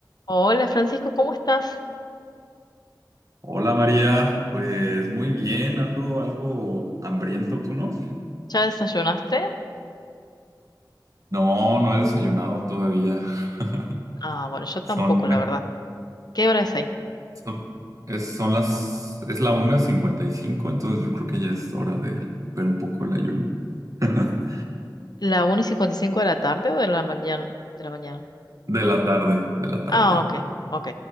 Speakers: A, on the left; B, on the right.
A: Hola Francisco, ¿cómo estás?
B: Hola María, pues muy bien, ando algo hambriento, ¿tú no?
A: ¿Ya desayunaste?
B: No, no he desayunado todavía. <laughs>
A: Ah, bueno, yo tampoco,
B: Son, la-
A: la verdad. ¿Qué hora es ahí?
B: son, es, son las, es la una cincuenta y cinco, entonces yo creo que ya es hora de romper un poco el ayuno. <laughs>
A: ¿La una y 55 de la tarde o de la mañana? De la mañana.
B: De la tarde, de la tarde,
A: Ah,
B: de
A: ok,
B: la tarde.
A: ok.